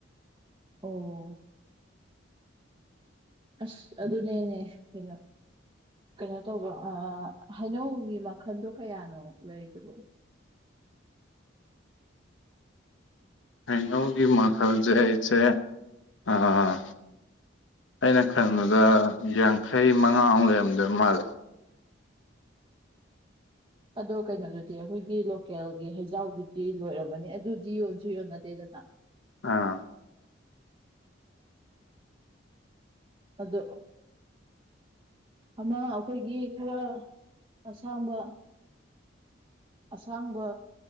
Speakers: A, on the right; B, on the left.
A: ꯑꯣ ꯑꯁ ꯑꯗꯨꯅꯦꯅꯦ ꯀꯩꯅꯣ ꯀꯩꯅꯣ ꯇꯧꯕ ꯑꯥ ꯍꯩꯅꯧꯒꯤ ꯃꯈꯟꯗꯣ ꯀꯌꯥꯅꯣ ꯂꯩꯗꯨꯕꯣ
B: ꯍꯩꯅꯧꯒꯤ ꯃꯈꯜꯖꯦ ꯏꯆꯦ ꯑꯥ ꯑꯩꯅ ꯈꯟꯕꯗ ꯌꯥꯡꯈꯩ ꯃꯉꯥꯃꯨꯛ ꯂꯩꯔꯝꯗꯣꯏ ꯃꯥꯜꯂꯦ
A: ꯑꯗꯣ ꯀꯩꯅꯣꯗꯨꯗꯤ ꯑꯩꯈꯣꯏꯒꯤ ꯂꯣꯀꯦꯜꯒꯤ ꯍꯩꯖꯥꯎꯗꯨꯗꯤ ꯂꯣꯏꯔꯝꯃꯅꯤ ꯑꯗꯨꯗꯤ ꯌꯣꯟꯁꯨ ꯌꯣꯟꯅꯗꯦ ꯗꯅꯥ
B: ꯑꯥ
A: ꯑꯗꯣ ꯑꯃ ꯑꯈꯣꯏꯒꯤ ꯈꯔ ꯑꯁꯥꯡꯕ ꯑꯁꯥꯡꯕ